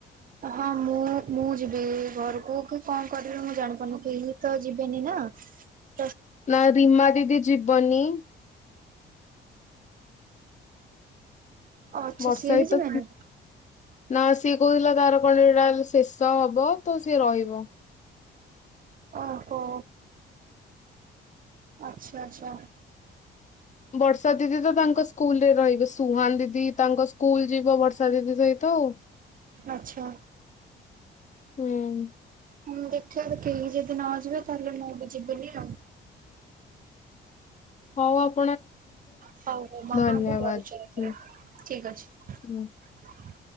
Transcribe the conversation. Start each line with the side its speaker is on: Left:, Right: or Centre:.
Right: ହଁ ମୁଁ ମୁଁ ଯିବି ଘରକୁ କି କଣ କରିବି ମୁଁ ଜାଣିପାରୁନି କି ଏଇ ଭିତରେ ଯିବେନି ନା ହଁ।
Left: ନା ରିମା ଦିଦି ଯିବନି
Right: ଆଚ୍ଛା
Left: ବର୍ଷା
Right: ସିଏ
Left: ହି
Right: ବି
Left: ତ
Right: ଯିବେନି
Left: ନା ସିଏ କହୁଥିଲା ତାର କଣଟା ଶେଷ ହେବ। ତ ସିଏ ରହିବ।
Right: ଓହୋ। ଆଛା ଆଛା।
Left: ବର୍ଷା ଦିଦି ତ ତାଙ୍କ ସ୍କୁଲରେ ରହିବେ ସୁହାନ ଦିଦି ତାଙ୍କ ସ୍କୁଲ ଯିବ ବର୍ଷା ଦିଦି ସହିତ ଆଉ
Right: ଆଛା।
Left: ହୁଁ।
Right: ମୁଁ ଦେଖିବା କେହି ଯଦି ନ ଯିବେ ତାହେଲେ ମୁଁ ବି ଯିବିନି ଆଉ
Left: ହୋଉ ଆଉ।
Right: ହଉ ହଉ ମୁଁ ଆପଣଙ୍କୁ
Left: ଧନ୍ୟବାଦ।
Right: ପରିଚୟ କରିବି
Left: ହୁଁ,
Right: ଠିକ ଅଛି।
Left: ହୁଁ।